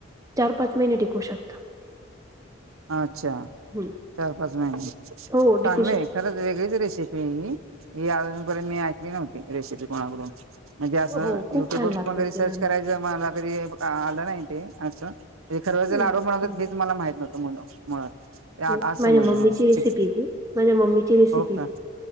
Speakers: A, on the right (about 15°); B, on the right (about 85°).
A: चार पाच महिने टिकू शकता.
B: अच्छा!
A: हं.
B: चार पाच महिने चांगलये
A: हो टिकू शकत
B: खरंच वेगळीच रेसिपी आय ही, ही आजू <unintelligible> मी ऐकली नव्हती रेसिपी कोणाकडून म्हणजे असं
A: हो खूप
B: युट्यूब
A: छान
B: वर
A: लागतात
B: पण कधी सर्च
A: ते लाडू.
B: करायचं, मला कधी आलं नाही ते असं हे खरवजे
A: हं,
B: लाडू बनवत्यात
A: हं.
B: हेच मला माहित नवतं मुळ मुळात आत
A: नाही,
B: आज समजले
A: माझ्या मम्मीची
B: मला
A: रेसिपी
B: फिक्स,
A: ती माझ्या मम्मीची रेसिपी
B: हो का?
A: ती